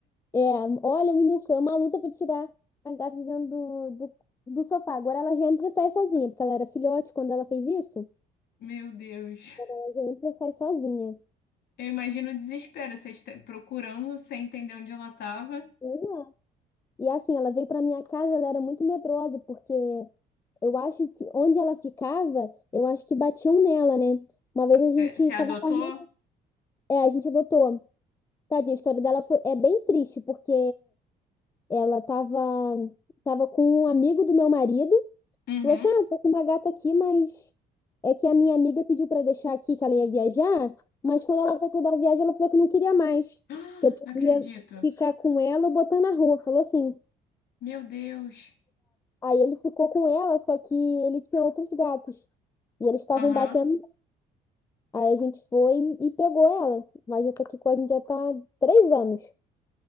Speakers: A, on the left; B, on the left.
A: É, olha, menino, foi uma luta pra tirar a gata de dentro do, do, do sofá. Agora ela já entra e sai sozinha, porque ela era filhote quando ela fez isso.
B: Meu Deus.
A: Ela já entra e sai sozinha.
B: Eu imagino o desespero, vocês te- procurando sem entender onde ela estava.
A: Pois é. E assim, ela veio pra minha casa, ela era muito medrosa, porque eu acho que onde ela ficava, eu acho que batiam nela, né? Uma vez a gente
B: Você adotou?
A: tava correndo. é, a gente adotou. Tadinha, a história dela foi, é bem triste, porque ela tava, tava com um amigo do meu marido.
B: Uhum.
A: Falou assim: ah,
B: <gasps>
A: tô com uma gata aqui, mas é que a minha amiga pediu pra deixar aqui que ela ia viajar, mas quando ela voltou da viagem, ela falou que não queria mais,
B: Ah,
A: que eu podia
B: Não acredito.
A: ficar com ela ou botar na rua. Falou assim.
B: Meu Deus.
A: Aí ele ficou com ela, só que ele tinha outros gatos. E eles estavam
B: Aham.
A: batendo. Aí a gente foi e pegou ela. Mas já tá aqui com a gente já tá há três anos.